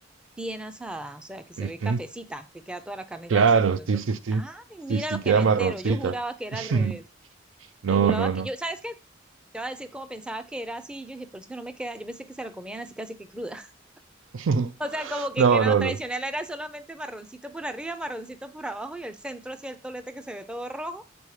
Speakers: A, in the centre; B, on the right.
A: Bien asada, o sea, que
B: Ujú,
A: se ve cafecita, que queda toda la carne
B: Claro,
A: ya hasta por dentro.
B: sí, sí, sí.
A: Ay,
B: Sí,
A: mira
B: sí,
A: lo
B: queda
A: que me
B: marroncita.
A: entero. Yo juraba que era
B: <laughs>
A: al revés.
B: No,
A: Te juraba
B: no, no.
A: que yo, ¿sabes qué? Te iba a decir como pensaba que era así, yo dije, por eso que no me queda, yo pensé que se la comían así casi que cruda. <laughs>
B: <laughs>
A: O sea, como que,
B: No,
A: que lo
B: no,
A: tradicional
B: no.
A: era solamente marroncito por arriba, marroncito por abajo y el centro así el tolete que se ve todo rojo.